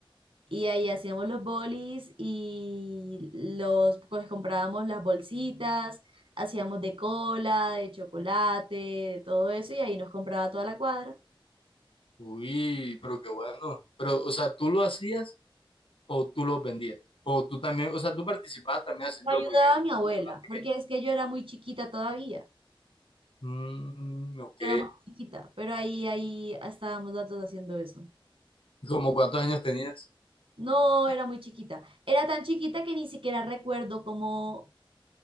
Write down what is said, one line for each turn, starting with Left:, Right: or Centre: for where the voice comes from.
Right: Y ahí hacíamos los bolis y los, pues comprábamos las bolsitas, hacíamos de cola, de chocolate, de todo eso, y ahí nos compraba toda la cuadra.
Left: Uy, pero qué bueno. Pero, o sea, ¿tú lo hacías o tú los vendías? O tú también, o sea, tú participabas también haciéndolo
Right: Lo ayudaba
Left: porque me
Right: a
Left: dijiste
Right: mi abuela,
Left: que estabas pequeño.
Right: porque es que yo era muy chiquita todavía,
Left: Mm, ok.
Right: yo era muy chiquita, pero ahí, ahí estábamos las dos haciendo eso.
Left: ¿Y como cuántos años tenías?
Right: No, era muy chiquita. Era tan chiquita que ni siquiera recuerdo cómo